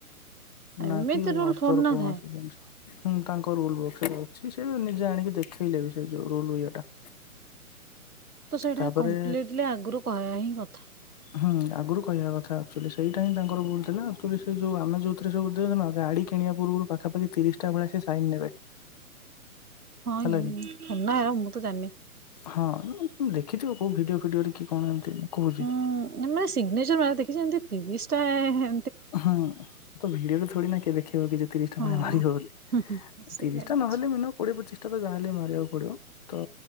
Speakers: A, on the right (about 85°); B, on the left (about 30°).
A: ଏମିତି
B: ନା କିି
A: ରୁଲ
B: ଅଦର
A: ଥୋଡି ନା
B: କୌଣସି
A: ଥାଏ।
B: ଜିନିଷ। ହୁଁ ତାଙ୍କ ରୁଲ <unintelligible> ଅଛି। ସେ ନିଜେ ଆଣିକି ଦେଖେଇଲେ ବି ସେ ଯୋଉ ରୁଲ ଇଏଟା।
A: ତ ସେଇଟା
B: ତାପରେ
A: କମ୍ପ୍ଲିଟଲି ଆଗରୁ କହିବା ହିଁ କ
B: ହୁଁ ଆଗରୁ କହିବା କଥା ଆକ୍ଚ୍ୟୁଲି ସେଇଟା ହିଁ ତାଙ୍କର ଭୁଲ ଥିଲା। ଆକ୍ଚ୍ୟୁଲି ସେ ଯୋଉ ଆମେ ଯୋଉଥିରେ ସବ ଦେଖିନ ଗାଡି କିଣିବା ପୂର୍ବରୁ ପାଖାପାଖି ତିରିଶଟା ଭଳିଆ ସେ ସାଇନ ନେବେ
A: ହଁ
B: ହେଲା କି
A: ଥୋଡି ନା ହେରା ମୁଁ ତ ଜାଣିନି।
B: ହଁ ଦେଖିଥିବ କୋଉ ଭିଡିଓ ଫିଡିଓରେ କି କଣ ତେ କୋହୁଚି
A: ଉଁ ମାନେ ସିଗ୍ନେଚର ମାରିବା ଦେଖିଚି। ଏମିତି ତିରିଶଟା ଏ ହେ
B: ହଁ ତ ଭିଡିରେ ଥୋଡି ନା କିଏ ଦେଖ କି <unintelligible> ତିରିଶଟା
A: ହଁ
B: ଭଳିଆ ମାରିବ ବୋଲି
A: ହୁଁ ହୁଁ ସେଇଆ
B: ତିରିଶ
A: କରିଛି
B: ଟା ନହେଲେ ମିନିଅମ୍ କୋଡିଏ ପଚିଶ ତା ଯା ହାେଲେ ମାରିବାକୁ ପଡିବ। ତ